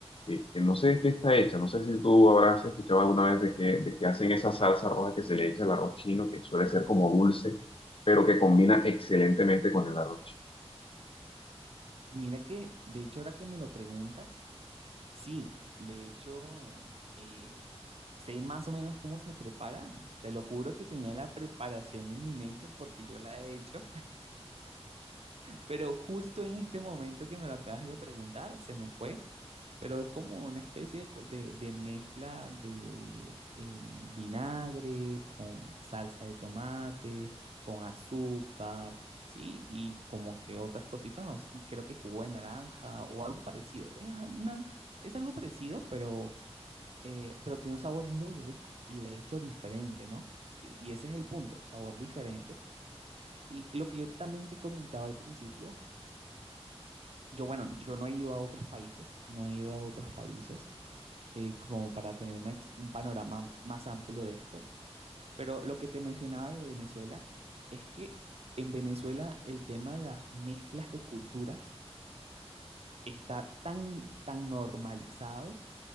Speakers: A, on the left; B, on the right.
A: eh, que no sé de qué está hecha, no sé si tú habrás escuchado alguna vez de que, de que hacen esa salsa roja que se le echa al arroz chino, que suele ser como dulce, pero que combina excelentemente con el arroz chino.
B: Mira que, de hecho, ahora que me lo preguntas, sí, de hecho, eh, sé más o menos cómo se prepara. Te lo juro que tenía la preparación en mi mente porque yo la he hecho. Pero justo en este momento que me lo acabas de preguntar, se me fue, pero es como una especie de, co- de- de mezcla de em, vinagre con salsa de tomate, con azúcar, ¿sí? Y como que otras cositas, no sé, creo que jugo de naranja o algo parecido. Es, una- es algo parecido, pero, eh, pero tiene un sabor muy rico y de hecho diferente, ¿no? Y ese es el punto, sabor diferente. Y lo que yo también te comentaba al principio yo, bueno, yo no he ido a otros países, no he ido a otros países eh, como para tener una ex- un panorama más amplio de esto, pero lo que te mencionaba de Venezuela es que en Venezuela el tema de las mezclas de cultura está tan, tan normalizado